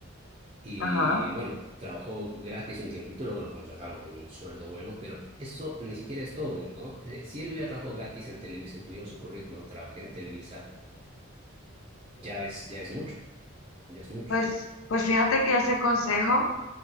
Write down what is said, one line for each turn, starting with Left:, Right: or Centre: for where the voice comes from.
Right: Y
Left: ajá.
Right: bueno, trabajó gratis un tiempito, luego lo contrataron con un sueldo bueno, pero eso ni siquiera es todo, ¿no? Eh, Si él hubiera trabajado gratis en Televisa y tuviera en su currículum, trabajé en Televisa, ya es, ya es mucho, ya es mucho.
Left: Pues, pues fíjate que ese consejo